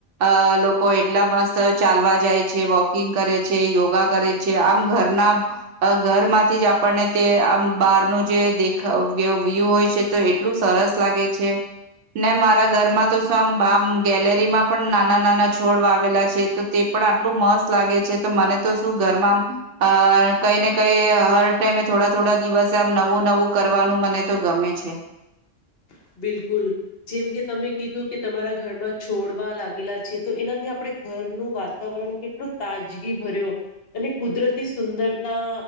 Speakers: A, on the right; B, on the left.
A: અહ લોકો એટલા મસ્ત ચાલવા જાય છે, વોકિંગ કરે છે યોગા કરે છે, આમ ઘરના અહ ઘરમાંથી જ આપણને તે આમ બહાર નું જે દેખ વ્ય વ્યૂહ હોય છે તો એટલું સરસ લાગે છે. ને મારા ઘરમાં તો સમ બામ ગેલેરીમાં પણ નાના-નાના છોડ વાવેલા છે તો તે પણ આટલું મસ્ત લાગે છે. તો મને તો શું ઘરમાં આમ અહ કઈ ને કઈ હર ટાઈમે થોડા-થોડા દિવસે આમ નવું-નવું ક કરવાનું મને તો ગમે છે.
B: <inaudible> બિલકુલ. જેમ કે તમે કીધું કે તમારા ઘરમાં છોડવા લાગેલા છે, તો એનાથી આપણે ઘરનું વાતાવરણ કેટલું તાજગી ભર્યું અને કુદરત તી સુંદરતા